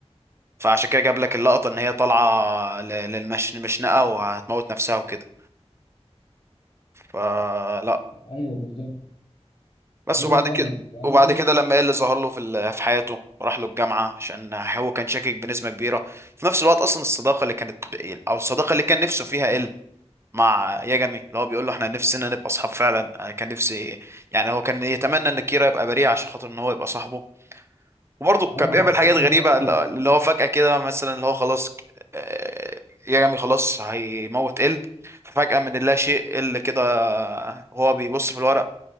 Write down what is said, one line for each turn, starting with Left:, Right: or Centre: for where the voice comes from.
Right: فعشان كده جاب لك اللقطة ان هي طالعة ل- للمش مشنقة وهتموت نفسها وكده فلا
Left: ايوه بالظبط
Right: بس
Left: هو
Right: وبعد
Left: جامد
Right: كده
Left: يعني
Right: وبعد
Left: زي
Right: كده
Left: ما بقول
Right: لما
Left: لك
Right: ايه اللي ظهر له في ال- في حياته راح له الجامعة عشان هو كان شاكك بنسبة كبيرة في نفس الوقت اصلا الصداقة اللي كانت او الصداقة اللي كان نفسه فيها إيه مع ياجامي اللي هو بيقول له احنا نفسنا نبقى اصحاب فعلا انا كان نفسي يعني هو كان يتمنى ان كيرا يبقى بريء عشان خاطر ان هو يبقى صاحبه وبرضه
Left: اه
Right: كان بيعمل اه حاجات
Left: مشهد
Right: غريبة
Left: تحفه
Right: اللي هو فجأة كده مثلا اللي هو خلاص آه، ياجامي خلاص هيموت ال ففجأة من لا شيء ال كده هو بيبص في الورقة